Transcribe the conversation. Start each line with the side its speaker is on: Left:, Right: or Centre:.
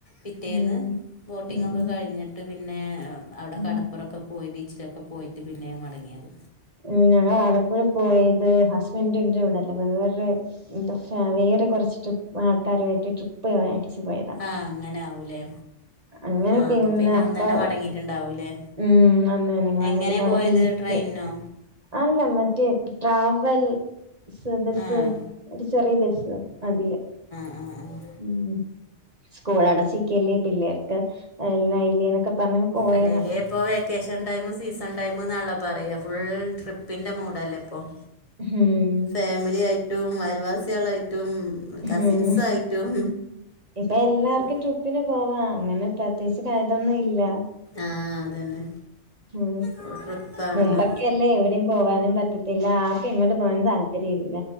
Left: പിറ്റേന്ന്
Right: ഉം
Left: ബോട്ടിങ്ങൊക്കെ
Right: ഉം
Left: കഴിഞ്ഞിട്ട് പിന്നെ അവിടെ
Right: ഉം
Left: കടപ്പുറൊക്കെ പോയി ബീച്ചിലൊക്കെ പോയിട്ട് പിന്നെ മടങ്ങിയത്
Right: ഉം ഞങ്ങള ആലപ്പുഴ പോയത് ഹസ്ബന്റിന്റെ ഇവിടെ അല്ല വേറെ എന്ത വേറെ കുറച്ച് ട്രിപ്പ് ആൾക്കാരുമായിട്ട് ട്രിപ്പ് പ്പ മരിച്ചു പോയതാ
Left: ആഹ് അങ്ങനെ ആവൂലേ
Right: അങ്ങനെ
Left: ആഹ്
Right: പിന്നെ
Left: അപ്പൊ
Right: അപ്പാ
Left: അന്ന് തന്നെ മടങ്ങിയിട്ടുണ്ടാവൂലേ
Right: ഉം അന്നന്നെ ങ് വന്ന്
Left: എങ്ങനെ
Right: പിന്നെ അവടെ
Left: പോയത്
Right: ബീച്ച്.
Left: ട്രെയിനിനോ
Right: അല്ല മറ്റേ ട്രാവൽ സബസ്
Left: ആഹ്
Right: ഒരു ചെറിയ ബസ് അതില്
Left: ആ ആ
Right: ഉം സ്കൂൾ അടച്ചിക്കല്ലേ പിള്ളേർക്ക് ഇല്ല എന്നൊക്കെ പറഞ്ഞ് പോയതാ
Left: അല്ലേല്ലേ പോവ- ക്കേഷടൈം സീസൺ ടൈം ന്നാണല്ലൊ പറയ ഫുൾ ട്രിപ്പിൻ്റെ മൂഡല്ലേ പ്പം.
Right: ഉം
Left: ഫാമിലി ആയിട്ടും അയൽവാസിളായിട്ടും
Right: ഉം
Left: കസിൻസയിട്ടും.
Right: ഇപ്പൊ എല്ലാർക്കും
Left: ഉ ഉ.
Right: ട്രിപ്പിന് പോവാ അങ്ങനെ പ്രത്യകിച്ച് കഴതൊന്നും ഇല്ല
Left: ആ അതന്നെ
Right: ഉം
Left: ഫുൾ ട്രിപ്പാണല്ലോ
Right: മുമ്പക്ക- ക്കല്ലേ എവിടെം പോവാനും പറ്റത്തില്ല ആർക്കു എങ്ങട്ട് പോവനും താല്പര്യയില്ല.